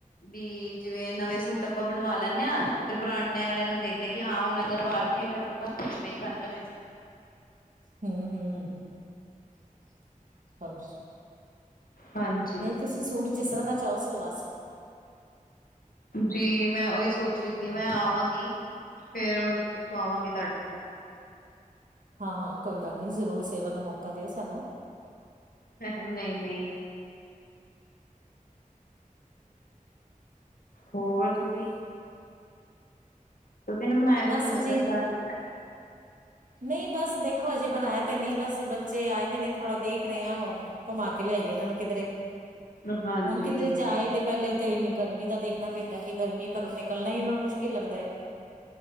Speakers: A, on the left; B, on the right.
A: ਬੀ ਜਿਵੇਂ ਨਵੇਂ ਸੂਟ ਆਪਾਂ ਬਣਵਾ ਲੈ ਨੇ ਆ। ਫਿਰ ਪੁਰਾਣੇ ਆਲਿਆਂ ਨੂੰ ਦੇਖ ਦੇਖ ਕਿ ਹਾਂ ਹੁਣ ਇਦਾ ਰਿਵਾਜ਼ ਨਹੀਂ ਫਿਰ ਸੁਟਣੇ ਪੈਂਦੇ ਨੇ।
B: ਹੂੰ ਹੂੰ। <unintelligible>
A: ਹਾਂਜੀ
B: ਨਹੀਂ ਤੁਸੀ ਸੂਟ ਜਿਸ ਤਰਾਂ ਦਾ। ਚਾਹੋ ਸਲਵਾ।
A: ਜੀ ਮੈਂ ਓਹੀ ਸੋਚ ਰਹੀ ਸੀ
B: ਹਮ
A: ਮੈਂ ਆਵਾਂਗੀ ਫੇਰ <unintelligible> ਆਵਾਂਗੇ ਤੁਹਾਡੇ ਤੋਂ।
B: ਹਾਂ, ਹਾਂ ਕੋਈ ਗੱਲ ਨੀ, ਜ਼ਰੂਰ ਸੇਵਾ ਦਾ ਮੌਕਾ ਦਿਓ ਸਾਨੂੰ।
A: ਨਹੀਂ ਨਹੀਂ ਹੋਰ ਤੁਸੀਂ ਤੁਸੀਂ ਨਾ ਬਣਾਇਆ ਕੋਈ
B: <unintelligible> ਬਸ
A: ਘੁੰਮਣ
B: ਜੀ।
A: ਦਾ ਪਲਾਨ
B: ਨਈ ਬਸ ਦੇਖੋ ਹਜੇ ਬਨਾਇਆ ਤੇ ਨਈ ਬਸ ਬੱਚੇ ਆਏ ਦੇ ਨੇ ਥੋੜਾ ਦੇਖ ਰਹੇ ਆ ਹੁਨ, ਕੁਮਾ ਕੇ ਲਿਆਈਏ ਇਹਨਾਂ ਨੂੰ ਕਿਧਰੇ
A: ਹਾਂਜੀ
B: ਹੁਨ ਕਿਧਰੇ ਜਾਏ ਤੇ ਪਹਿਲੇ ਉਥੇ <unintelligible> ਗਰਮੀ ਦਾ <unintelligible> ਕੀ ਗਰਮੀ ਘਰੋਂ ਨਿਕਲਨਾ ਇ ਥੋੜਾ ਮੁਸ਼ਕਿਲ ਲੱਗਦਾ ਏ।